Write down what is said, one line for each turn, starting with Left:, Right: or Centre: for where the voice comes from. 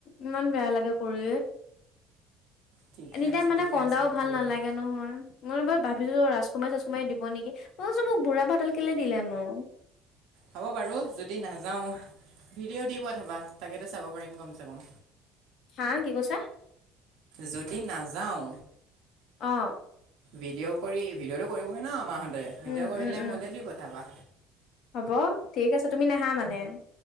Left: ইমান বেয়া লাগে কৰি!
Right: ঠিকে
Left: এনি টাইম
Right: আছে
Left: মানে
Right: ঠিকে
Left: কন্দাও
Right: আছে
Left: ভাল
Right: কৰিবা
Left: নালাগে নহয়, মই বই ভাবিছো ৰাজকুমাৰী চাছকুমাৰী দিব নেকি, মই মোক বুঢ়া ভাতাল কেলে দিলে নো?
Right: হ'ব বাৰু যদি নাযাওঁ ভিডিঅ' দি পঠাবা তাকেতো চাব পাৰিম কমচে কম।
Left: আ কি কৈছা?
Right: যদি নাযাওঁ
Left: অঁ।
Right: ভিডিঅ' কৰি ভিডিঅ'টো কৰিবহি ন আমাহঁতে ভিডিঅ'
Left: উম,
Right: কৰিলে
Left: উম, উম।
Right: মোলে দি পঠাবা।
Left: হ'ব ঠিক আছে, তুমি নাহা মানে?